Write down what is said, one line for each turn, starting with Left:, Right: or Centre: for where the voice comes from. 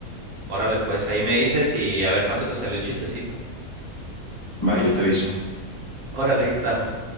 Right: Órale, pues ahí me dices y a ver cuánto te salió el chistecito.
Left: Va, yo te aviso.
Right: <laughs> Órale, ahí estamos.